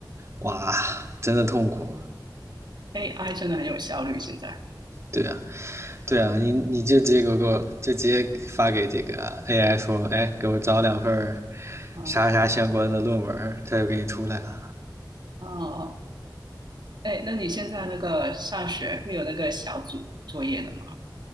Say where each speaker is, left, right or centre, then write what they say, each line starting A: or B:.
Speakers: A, on the right; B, on the right.
A: 哇，真的痛苦。
B: AI 真的很有效率，现在
A: 对啊，对啊，你你就直接给我给我就直接发给这个 AI 说，哎，给我找两份
B: 啊哦，
A: 啥啥相关的论文，它就给你出来了，
B: 哦哦哎，那你现在那个上学会有那个小组作业的吗？